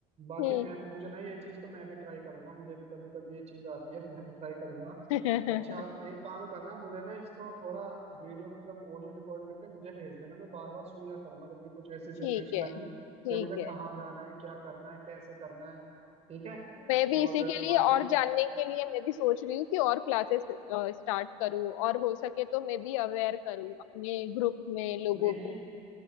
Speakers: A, on the right (about 40°); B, on the left (about 80°).
A: बाकी
B: हो
A: मैं
B: हम्म
A: मुझे ना ये चीज़ तो मैं भी ट्राई करूंगा मुझे भी कभी कभी ये चीज़ आती है मैं भी ट्राई करूंगा
B: हम्म।
A: अच्छा एक काम करना मुझे ना इसको थोड़ा वीडियो मतलब ऑडियो रिकॉर्ड करके मुझे भेज देना मैं बार बार सुन लिया करूंगा जब भी कुछ
B: <laughs>
A: ऐसी सिचुएशन
B: ठीक है
A: आएगी
B: ठीक
A: कि मुझे
B: है
A: कहाँ जाना है क्या करना है कैसे करना है ठीक है
B: मैं भी
A: और
B: इसी के लिए
A: बाकी
B: और जानने के लिए मैं भी सोच रही हूँ कि और क्लासेस स्टार्ट करूँ और हो सके तो मैं भी अवेयर करूँ अपने ग्रुप में लोगों
A: नहीं नहीं
B: को